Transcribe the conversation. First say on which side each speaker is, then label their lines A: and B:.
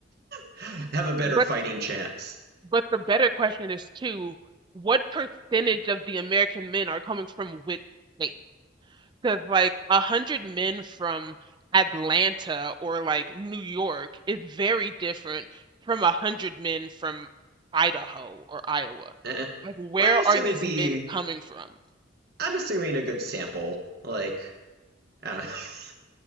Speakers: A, on the right; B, on the right.
A: <laughs> have a better
B: But
A: fighting chance. <laughs>
B: But the better question is too, what percentage of the American men are coming from which state? Because like a hundred men from Atlanta or like New York is very different from a hundred men from Idaho or Iowa.
A: Eh.
B: Like where
A: Well, I assume
B: are these
A: it'd be.
B: men coming from?
A: I'm assuming a good sample, like. I don't know. <laughs>